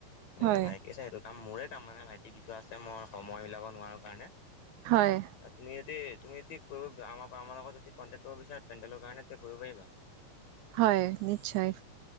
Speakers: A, on the left (about 80°); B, on the right (about 80°).
A: মোৰ
B: হয়,
A: মানে ভাইটি চায় হেইটো মোৰে কামমানে ভাইটি দি থোৱা আছে মই সময় মিলাব নোৱাৰো কাৰণে।
B: হয়।
A: আপনি যদি তুমি যদি তুমি ক আমাৰ আমাৰ লগত যদি কণ্টেক কৰিব বিচাৰা পেণ্ডেলৰ কাৰণে তেতি কৰিব পাৰিবা।
B: হয় নিশ্চয়।